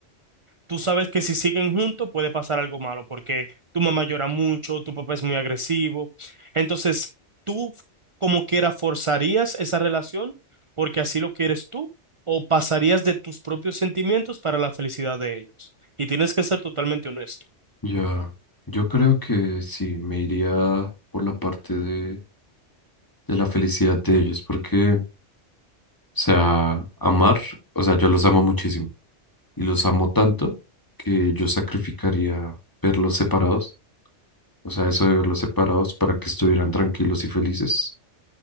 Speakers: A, on the right; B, on the left.
A: tú sabes que si siguen juntos puede pasar algo malo, porque tu mamá llora mucho, tu papá es muy agresivo. Entonces, tú como quiera forzarías esa relación porque así lo quieres tú o pasarías de tus propios sentimientos para la felicidad de ellos. Y tienes que ser totalmente honesto.
B: Ya, yo creo que sí, me iría por la parte de, de la felicidad de ellos, porque, o sea, amar, o sea, yo los amo muchísimo y los amo tanto que yo sacrificaría verlos separados, o sea, eso de verlos separados para que estuvieran tranquilos y felices